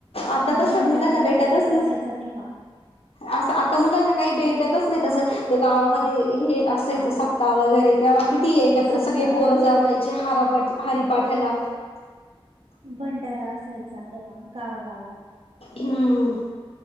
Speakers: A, on the left; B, on the right.
A: आता तस
B: भंडारा
A: मुलांना भेटतच
B: वगैरे असायचा
A: न
B: तेव्हा
A: असं आता मुलांना काही, भेटतच नाही तसं. तो गावामध्ये हे असायचा सप्ताह वगैरे तेव्हा किती एकत्र
B: सप्ताह
A: सगळे पोर
B: हो
A: जमायचे, हारा पाठ- हारीपाठाला.
B: भंडारा असायचा, तेव्हा गावागावात.
A: हम्म,